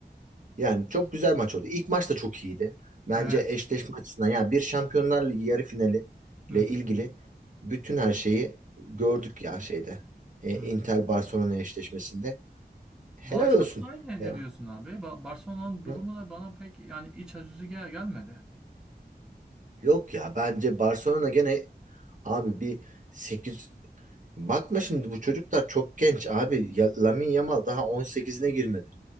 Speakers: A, on the right; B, in the centre.
A: Yani çok güzel maç oldu. İlk maç da çok iyiydi. Bence
B: Evet.
A: eşleşme açısından yani bir Şampiyonlar Ligi yarı finali
B: Hı
A: ile
B: hı.
A: ilgili bütün her şeyi gördük ya şeyde. E,
B: Hı
A: Inter
B: hı.
A: Barcelona eşleşmesinde. Helal
B: Barcelona
A: olsun.
B: ne,
A: Ya.
B: ne diyorsun abi? Ba- Barcelona'nın durumu
A: Hı?
B: da bana pek yani iç acıcı gel gelmedi.
A: Yok ya bence Barcelona gene abi bir 8 bakma şimdi bu çocuklar çok genç abi. Ya, Lamine Yamal daha 18'ine girmedi.